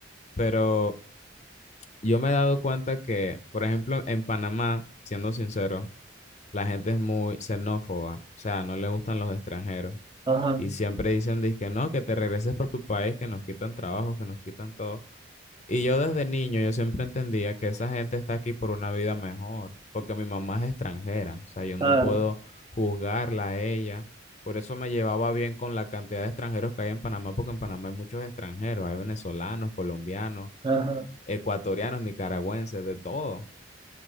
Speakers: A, on the left; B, on the right.
A: pero... Yo me he dado cuenta que, por ejemplo, en Panamá, siendo sincero, la gente es muy xenófoba, o sea, no le gustan los extranjeros
B: ajá,
A: y siempre dicen, que no, que te regreses para tu país, que nos quitan trabajo, que nos quitan todo. Y yo desde niño, yo siempre entendía que esa gente está aquí por una vida mejor, porque mi mamá es extranjera, o sea, yo
B: claro,
A: no puedo juzgarla a ella. Por eso me llevaba bien con la cantidad de extranjeros que hay en Panamá, porque en Panamá hay muchos extranjeros, hay venezolanos, colombianos
B: ajá.
A: ecuatorianos, nicaragüenses, de todo.